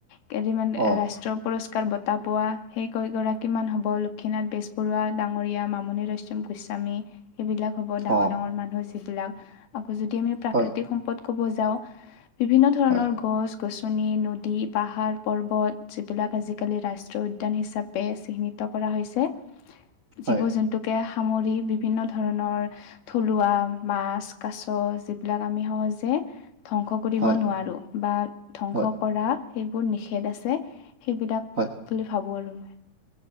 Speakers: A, on the left; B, on the right.
A: কেইদিনমান
B: অ
A: ৰাষ্ট্ৰীয় পুৰস্কাৰ বট টা পোৱা, সেই কেই গৰাকীমান হ'ব, লক্ষীনাথ বেজবৰুৱা ডাঙৰীয়া, মামণি ৰয়চম গোস্বামী সেইবিলাক হ'ব ডাঙৰ
B: অ
A: ডাঙৰ মানুহ যিবিলাক, আকৌ যদি আমি প্ৰাকৃতিক
B: হয়
A: সম সম্পদ ক'ব যাওঁ, বিভিন্ন ধৰণৰ
B: হয়
A: গছ গছনি, নদী, পাহাৰ, পৰ্বত যিবিলাক আজিকালি ৰাষ্ট ষ্ট্ৰীয় উদ্যান হিচাপে চিহ্নিত কৰা হৈছে।
B: হয়
A: জীৱ-জন্তুক কে সামৰি বিভিন্ন ধৰণৰ থলুৱা মাছ, কাছ যিবিলাক আমি সহজে ধ্বংস কৰিব
B: হয়
A: নোৱাৰো বা ধ্বংস
B: হয়
A: কৰা সেইবোৰ নিষেধ আছে। সেইবিলাক
B: হয়
A: বুলি ভাবো আৰু মই।